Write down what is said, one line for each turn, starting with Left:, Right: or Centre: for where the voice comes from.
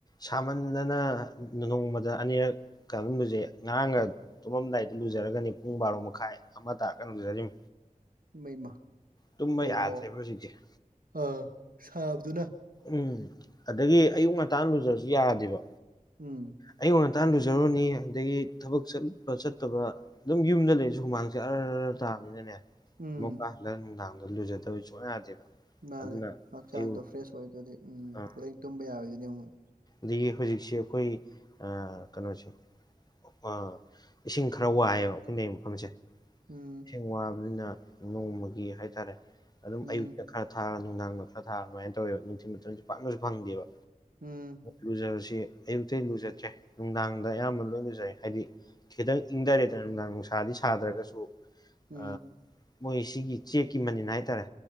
Left: ꯁꯥꯃꯟꯗꯅ ꯅꯣꯡꯃꯗ ꯑꯅꯤꯔꯛ <unintelligible> ꯉꯔꯥꯡꯒ ꯇꯨꯝꯃꯝꯗꯥꯏꯗ ꯂꯨꯖꯔꯒꯅꯤ ꯄꯨꯡ ꯕꯥꯔꯣ ꯃꯈꯥꯏ ꯑꯃ ꯇꯥꯔꯒ ꯂꯨꯖꯔꯤꯝ
Right: ꯏꯃꯩꯃꯥ
Left: ꯇꯨꯝꯕ
Right: ꯑꯣ
Left: ꯌꯥꯗ꯭ꯔꯦꯕ ꯍꯧꯖꯤꯛꯁꯦ
Right: ꯑꯥ ꯁꯥꯕꯗꯨꯅ
Left: ꯎꯝ ꯑꯗꯒꯤ ꯑꯌꯨꯛ ꯉꯥꯟꯇꯥ ꯂꯨꯖꯔꯁꯨ ꯌꯥꯗꯦꯕ
Right: ꯎꯝ
Left: ꯑꯌꯨꯛ ꯉꯟꯇꯥꯥ ꯂꯨꯖꯔꯨꯅꯤ ꯑꯗꯒꯤ ꯊꯕꯛ ꯆꯠꯄ ꯆꯠꯇꯕ ꯑꯗꯨꯝ ꯌꯨꯝꯗ ꯂꯩꯔꯖꯨ ꯍꯨꯃꯥꯡꯖꯦ ꯑꯔ ꯇꯥꯕꯅꯤꯅꯅꯦ
Right: ꯎꯝ
Left: ꯑꯃꯃꯨꯀꯥ ꯍꯜꯂ ꯅꯨꯡꯗꯥꯡꯗ ꯂꯨꯖꯗꯕ ꯁꯨꯡꯌꯥ ꯌꯥꯗꯦꯕ
Right: ꯃꯥꯅꯦ
Left: ꯑꯗꯨꯅ
Right: ꯍꯛꯆꯥꯡꯗꯣ
Left: ꯑꯌꯨꯛ
Right: ꯐ꯭ꯔꯦꯁ ꯑꯣꯏꯗꯗꯤ ꯎꯝ
Left: ꯑ
Right: ꯂꯦꯡ ꯇꯨꯝꯕ ꯌꯥꯔꯣꯏꯗꯨꯅꯦ ꯑꯃꯨꯛ
Left: ꯑꯗꯒꯤ ꯍꯧꯖꯤꯛꯁꯦ ꯑꯩꯈꯣꯏ ꯑꯥ ꯀꯥꯅꯣꯁꯦ ꯑ ꯏꯁꯤꯡ ꯈꯔ ꯋꯥꯏꯌꯦꯕ ꯑꯩꯈꯣꯏꯅ ꯂꯩꯔꯤ ꯃꯐꯝꯁꯦ
Right: ꯎꯝ
Left: ꯏꯁꯤꯡ ꯋꯥꯕꯅꯤꯅ ꯅꯣꯡꯃꯒꯤ ꯍꯥꯏꯇꯥꯔꯦ ꯑꯗꯨꯝ
Right: ꯎꯝ
Left: ꯑꯌꯨꯛꯇ ꯈꯔ ꯊꯥꯔꯒ ꯅꯨꯡꯗꯥꯡꯗ ꯈꯔ ꯊꯥꯔꯒ ꯑꯗꯨꯃꯥꯏꯅ ꯇꯧꯋꯦꯕ ꯅꯨꯡꯊꯤꯜ ꯃꯇꯝꯁꯦ ꯄꯥꯛꯅꯁꯨ ꯐꯪꯗꯦꯕ
Right: ꯎꯝ
Left: ꯂꯨꯖꯕꯁꯤ ꯑꯌꯨꯛꯇꯗꯤ ꯂꯨꯖꯗ꯭ꯔꯦ ꯅꯨꯡꯗꯥꯡꯗ ꯑꯌꯥꯝꯕꯅ ꯂꯣꯏ ꯂꯨꯖꯩ ꯍꯥꯏꯗꯤ ꯈꯤꯇꯪ ꯏꯪꯊꯔꯦꯗꯅ ꯅꯨꯡꯗꯥꯡ ꯅꯨꯡꯁꯥꯗꯤ ꯁꯥꯗ꯭ꯔꯒꯁꯨ
Right: ꯎꯝ ꯎꯝ
Left: ꯑ ꯃꯣꯏ ꯁꯤꯒꯤ ꯆꯦꯛꯀꯤ ꯃꯅꯤꯟ ꯍꯥꯏꯇꯥꯔꯦ